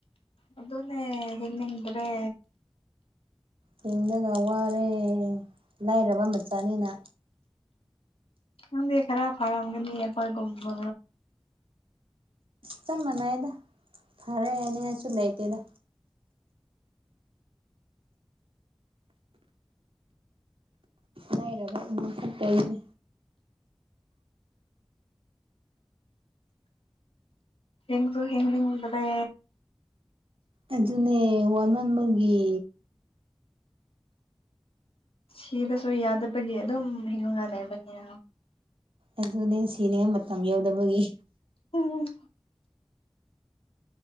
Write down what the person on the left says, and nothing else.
ꯑꯗꯨꯅꯦ ꯍꯤꯅꯤꯡ ꯗꯔꯦ
ꯌꯥꯝꯗꯤ ꯈꯔ ꯐꯔꯝꯒꯅꯤꯑꯩꯈꯣꯏꯒꯨꯝꯕ
ꯍꯤꯟ ꯁꯨ ꯍꯤꯟ ꯅꯤꯡꯗꯔꯦ
ꯁꯤꯕꯁꯨ ꯌꯥꯗꯕꯒꯤ ꯑꯗꯨꯝ ꯍꯤꯡꯅ ꯂꯩꯕꯅꯦ
ꯎꯝ